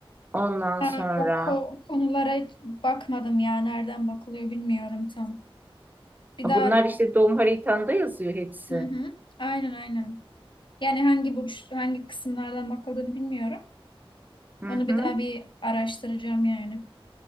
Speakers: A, on the right; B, on the left.
A: ondan
B: Ha,
A: sonra
B: o, ko- o konulara hiç bakmadım ya. Nereden bakılıyor bilmiyorum tam. Bir
A: bunlar
B: daha
A: işte doğum haritanda yazıyor hepsi.
B: hı hı. Aynen aynen. Yani hangi burç hangi kısımlardan bakıldığını bilmiyorum.
A: Hı
B: Onu
A: hı.
B: bir daha bir araştıracağım yani.